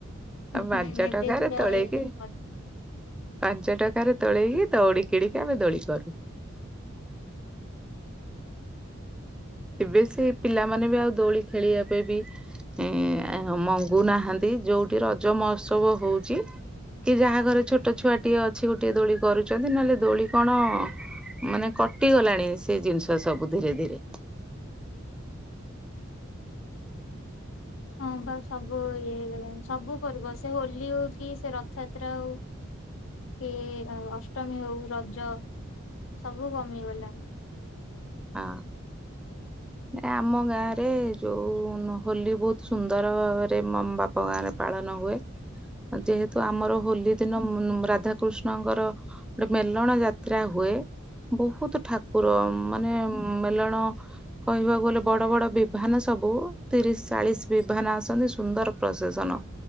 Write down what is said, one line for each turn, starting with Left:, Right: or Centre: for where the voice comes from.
Centre: ଆଉ ପାଞ୍ଚ
Left: ହୁଁ ଏବେ
Centre: ଟଙ୍କାରେ
Left: ପୁରା
Centre: ତୋଳେଇକି।
Left: ହେଇଗଲାଣି
Centre: ପାଞ୍ଚ ଟକାରେ ତୋଳେଇକି ଦଉଡି କିଣିକି ଆମେ ଦୋଳି କରୁ। ଏବେ ସେ ପିଲାମାନେ ବି ଆଉ ଦୋଳି ଖେଳିବା ପାଇଁ ବି। ଏ ମଙ୍ଗୁନାହାନ୍ତି ଯୋଉଠି ରଜ ମହୋତ୍ସବ ହଉଛି। କି ଯାହା ଘରେ ଛୋଟ ଛୁଆଟିଏ ଅଛି ଗୋଟିଏ ଦୋଳି କରୁଛନ୍ତି। ନହେଲେ ଦୋଳି କଣ। ମାନେ କଟିଗଲାଣି ସେ ଜିନିଷ ସବୁ ଧୀରେ ଧୀରେ।
Left: ହଁ ବା ସବୁ ଇଏ ହେଇଗଲାଣି ସବୁ ପର୍ବ ସେ ହୋଲି ହଉ କି ସେ ରଥଯାତ୍ରା ହଉ। କି ଅଷ୍ଟମୀ ହଉ ରଜ ସବୁ କମିଗଲାଣି।
Centre: ହଁ। ନ ଆମ ଗାଁ ରେ ଯୋଉ ନ ହୋଲି ବହୁତ ସୁନ୍ଦର ଭାବରେ ବାପ ମା ର। ପାଳନ ହୁଏ, ଯେହେତୁ ଆମର ହୋଲି ଦିନ <unintelligible> ରାଧାକୃଷ୍ଣଙ୍କର। ଗୋଟେ ମେଲଣ ଯାତ୍ରା ହୁଏ, ବହୁତ ଠାକୁର ମାନେ ମେଲଣ, କହିବାକୁ ଗଲେ ବଡ ବଡ ବିଭାନ ସବୁ ତିରିଶ ଚାଳିଶ ବିଭାନ ଆସନ୍ତି ସୁନ୍ଦର ପ୍ରଶେସନ।